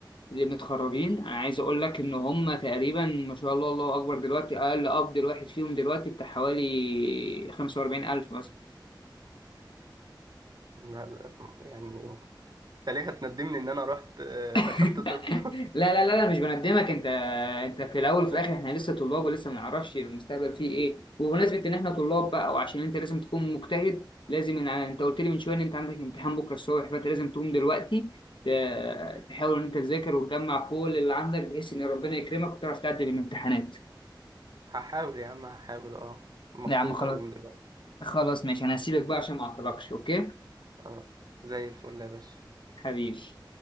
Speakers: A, on the left; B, on the right.
A: اللي متخرجين انا عايز اقول لك ان هم تقريبا ما شاء الله الله اكبر دلوقتي اقل قبض الواحد فيهم دلوقتي بتاع حوالي 45000 مثلا
B: ما- يعني انت ليه هتندمني ان انا رحت آه،
A: <laughs>
B: دخلت طب
A: لا لا لا لا مش بندمك انت انت في الاول وفي
B: <laughs>
A: الاخر احنا لسه طلاب ولسه ما نعرفش المستقبل فيه ايه وبمناسبه ان احنا طلاب بقى وعشان انت لازم تكون مجتهد لازم إن انت قلت لي من شويه ان انت عندك امتحان بكره الصبح فانت لازم تقوم دلوقتي ت- تحاول ان انت تذاكر وتجمع كل اللي عندك بحيث ان ربنا يكرمك وتعرف تعدي الامتحانات
B: هحاول يا عم هحاول اه المفروض
A: لا يا عم خلاص
B: اقوم دلوقتي
A: خلاص ماشي انا هسيبك بقى عشان ما اعطلكش اوكي
B: اه زي الفل يا باشا
A: حبيبي